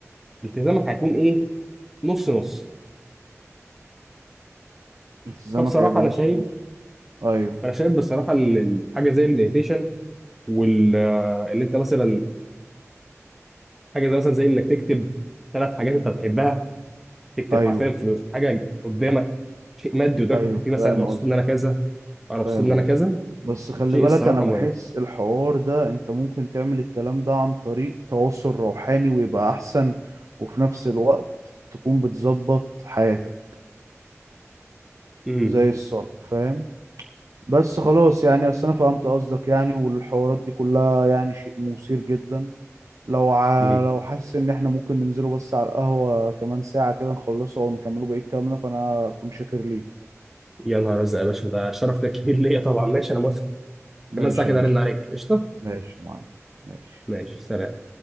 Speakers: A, in the centre; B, on the right.
A: التزامك هيكون ايه نص نص
B: التزامك
A: فبصراحة
B: هيبقى
A: انا
B: نص
A: شايف
B: نص ايوه
A: انا شايف بصراحة ان ال- حاجة زي المديتيشن وال آه، ان انت مثلا حاجة زي مثلا زي انك تكتب ثلاث حاجات انت بتحبها تكتب
B: ايوه
A: حرفيا في حاجة قدامك شيء مادي قدامك
B: ايوه
A: تكتب فيه مثلا
B: فاهم
A: انا مبسوط
B: قصدي
A: ان انا كذا انا مبسوط
B: فاهم
A: ان انا
B: قصدك
A: كذا
B: بس خلي
A: شيء
B: بالك
A: الصراحة
B: انا بحس
A: مهم
B: الحوار ده انت ممكن تعمل الكلام ده عن طريق تواصل روحاني ويبقى احسن وفي نفس الوقت تكون بتظبط حياتك
A: امم
B: زي الصلاة فاهم بس خلاص يعني اصل انا فهمت قصدك يعني والحوارات دي كلها يعني شيء مثير جدا لو ع...
A: امم
B: لو حاسس ان احنا ممكن ننزله بس على القهوة كمان ساعة كده نخلصه او نكمله بقية كلامنا فانا اكون شاكر ليك
A: يا نهار ازرق يا باشا ده شرف ده كبير ليا طبعا ماشي انا موافق
B: ماشي
A: كمان ساعة كده
B: يا باشا
A: ارن عليك قشطة
B: ماشي يا معلم ماشي
A: ماشي سلام